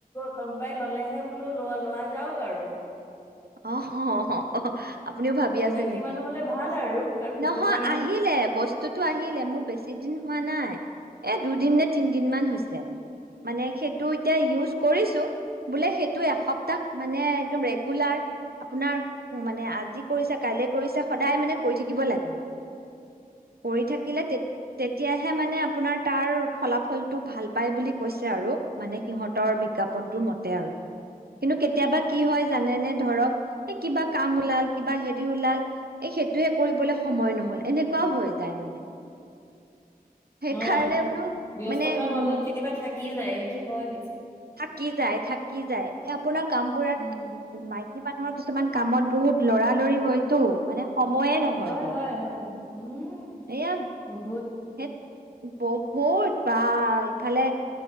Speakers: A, on the left (about 20°); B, on the right (about 85°).
A: কোনবাই ল'লেহে বোলো লোৱা লোৱা যাওঁক আৰু
B: অ' হ' আপুনিও ভাবি
A: চিনাকি
B: আছে নেকি!
A: মানুহ হ'লে ভাল আৰু কাৰণ ক'ব
B: নহয়
A: নোৱাৰি
B: আহিলে বস্তুতটো আহিলে মোৰ বেছি দিন হোৱা নাই এ দুদিন নে তিনদিনমান হৈছে মানে খেত টো এতিয়া ইউজ কৰিছো বোলে সেইট <inaudible> টো এসপ্তাহ মানে, একদম ৰেডি গুলাৰ। আপোনাৰ উম, মানে আজি কৰিছে কাইলৈ কৰিছে সদায় মানে, কৰি থাকিব লাগে মানে। কৰি থাকিলে তে, তেতিয়াহে মানে আপোনাৰ তাৰ ফলাফলটো ভাল পায় বুলি কৈছে আৰু মানে সিহঁতৰ বিজ্ঞাপনটোৰ মতে আৰু কিন্তু, কেতিয়াবা কি হয় জানেনে? কিবা কাম ওলাল কিবা হেৰি ওলাল। এই সেইটোহে কৰিবলৈ সময় নহ'ল, এনেকুৱাও হৈ যায় মানে সেইকাৰণে
A: অ,
B: বোলো
A: ব্যস্ততাৰ
B: মানে
A: মাজত
B: উম
A: কেতিয়াবা থাকি যায়, সেইটো হয় পিছে
B: কি যায়, থাকি যায়। এই আপোনাৰ কামবোৰত
A: উম
B: মাই কী মানুহৰ কিছুমান কামত বহুত লৰালৰি হয়তো মানে সময়ে নহয়
A: হয়,
B: গ'ল
A: হয়, হয়। উম,
B: এয়া
A: বহুত
B: সেই বহুত, বা ইফালে